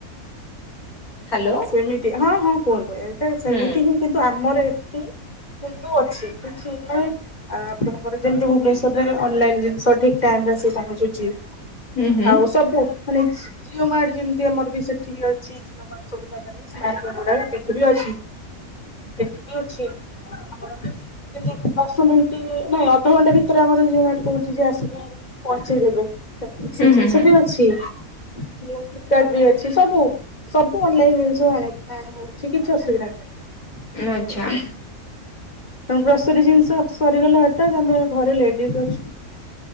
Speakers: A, on the left (about 85°); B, on the left (about 30°).
A: ହ୍ୟାଲୋ
B: ହ ସେମିତି ହଁ ହଁ କୁହନ୍ତୁ ଏଇଟା ସେମିତି
A: ହୁଁ
B: ହିଁ କିନ୍ତୁ ଆମର ଏଠି କିନ୍ତୁ ଅଛି କିଛି ମାନେ ଆ ଆପଣଙ୍କର ଯେମିତି ଭୁବନେଶ୍ଵରରେ ଅନଲାଇନ ଜିନିଷ ଠିକ ଟାଇମରେ ଆସି ପହଞ୍ଚୁଛି।
A: ହୁଁ ହୁଁ
B: ଆଉ ସବୁ ମାନେ ଜିଓ ମାର୍ଟ ଯେମିତି ଆମର ବି ସେଠି ବି ଅଛି ଜିଓ ମ ସବୁ ଜାଗରେ ସ୍ମାର୍ଟ <unintelligible> ଗୁଡ଼ାକ ଏଠି ବି ଅଛି ଏଠି ବି ଅଛି। ଆମର ଯି ଦଶ ମିନିଟ୍ ନାଇଁ ଅଧଘଣ୍ଟା ଭିତରେ ଆମର ଯୋଉ ଆର୍ଟ କରୁଚି ଯିଏ ଆସିକି ପହଞ୍ଚେଇ ଦେବେ ସେମିତି ସେ
A: ହୁଁ
B: ଜିନିଷ
A: ହୁଁ ହୁଁ
B: ବି ଅଛି ଫ୍ଲିପକାର୍ଟ ବି ଅଛି ସବୁ ସବୁ ଅନଲାଇନ ଜିନିଷ ଆଣି ଆଣି ହଉଛି କିଛି ଅସୁବିଧା ନାହିଁ।
A: ଆଚ୍ଛା
B: ଗ୍ରୋଷରି ଜିନିଷ ସରିଗଲେ ହଠାତ୍ ଆମେ ଘରେ ଲେଡିଜ ଅଛି